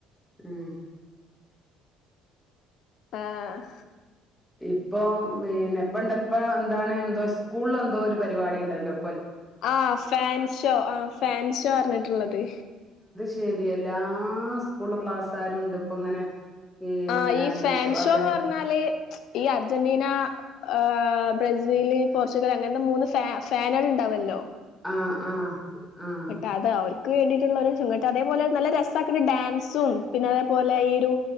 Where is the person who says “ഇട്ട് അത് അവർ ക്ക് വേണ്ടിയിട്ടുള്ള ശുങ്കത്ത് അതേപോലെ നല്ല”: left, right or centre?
Left